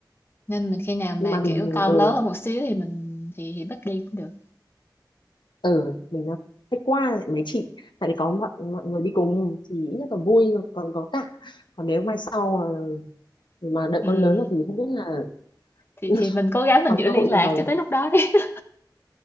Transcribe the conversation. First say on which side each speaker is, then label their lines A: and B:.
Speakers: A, on the left; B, on the left.
A: nên mình khi nào mà
B: nhưng mà mình
A: kiểu con
B: ừ,
A: lớn hơn một xíu thì mình thì thì bắt đi cũng được
B: ừ mình đang thích qua lại mấy chị tại vì có mọi, mọi người đi cùng thì ít nhất là vui còn có tạ còn nếu mai sau ờ, mà đợi
A: Ừm,
B: con lớn rồi thì không biết là
A: thì
B: <laughs>
A: thì mình cố gắng
B: còn
A: mình giữ
B: cơ
A: liên
B: hội
A: lạc
B: nào
A: cho tới lúc đó đi <laughs>